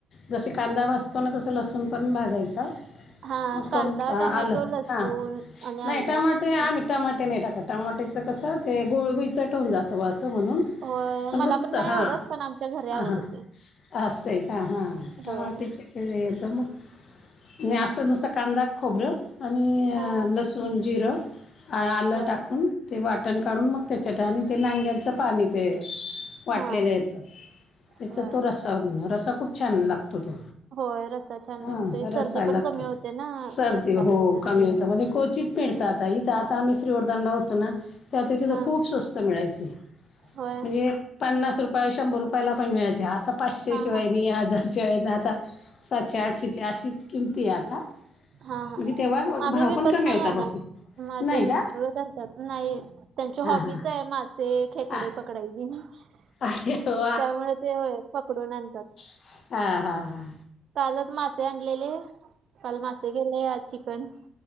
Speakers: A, on the left (about 55°); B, on the right (about 60°).
A: जसे कांदा भाजतो ना, तसं लसूण पण भाजायच हाय.
B: हा
A: म, कोणता
B: कांदा टमॅटो
A: आलं
B: लसूण
A: हा,
B: आणि
A: नाही
B: आलं
A: टमाटे आम्ही
B: असं.
A: टमाट नाही टाकत टमाट्यां कसं ते गोळगुईचट हुन जातं असं म्हणून,
B: होय
A: पण
B: मला
A: नुसतं
B: नाही
A: हा.
B: आवडत पण आमच्या घरी आवडते
A: हां, हां, असय का हां. टमाट्याचे
B: होय
A: ते येतं मग, आणि असं नुसतं कांदा खोबरं. आणि
B: हा
A: लसूण जिरं, आलं
B: होय
A: टाकून. ते वाटण काढून मग त्याच्या, ठ आणि ते नांग्यांचं पाणी ते. वाटलेलं
B: हा
A: याच, त्याचा
B: होय
A: तो रस्सावर, रस्सा खूप छान लागतो तो.
B: होय रस्सा छान
A: हा
B: लागतोय सर्दी
A: रस्सा लागतो.
B: पण कमी होते ना
A: सर्दी
B: रस्सा
A: हो
B: पिल्यानंतर
A: कमी होता म्हणजे कोचीत पिडत आता, इथं आता आम्ही श्रीवर्धन लाव होतो ना, ते तिथं
B: हा
A: खूप स्वस्त मिळायचे.
B: होय
A: म्हणजे, पन्नास रुपया शंभर रुपयाला पण मिळायचे. आत्ता पाचशे
B: हा
A: शिवाय
B: हा
A: मी आज शाळेतन आत्ता, सातशे,, आठशेची अशीच किमती आता.
B: हा, हा
A: म्हणजे तेव्हा
B: आम्ही
A: भाव
B: विकत
A: पण कमी
B: नाही
A: होता
B: आणत.
A: बस
B: माझे
A: नाही
B: मिस्टरच
A: का
B: धरत्यात, नाही त्यांची
A: हां
B: हॉबीच
A: हां
B: हाय माझं ‌ ते खेकडे
A: हां
B: पकडायचे ना.
A: अरे
B: त्यामुळे
A: हो
B: ते पकडून आणत्यात.
A: आ‌ हा. हा.
B: कालच मासे आणलेले, काल मासे केले आज चिकन.